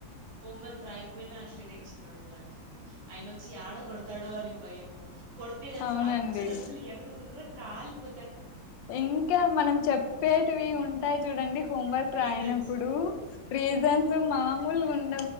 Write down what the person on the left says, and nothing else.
అవునండి
ఇంకా మనం చెప్పేటివి ఉంటాయి చూడండి హోంవర్క్ రాయనప్పుడు
రీజన్స్ మా ముల్గుండ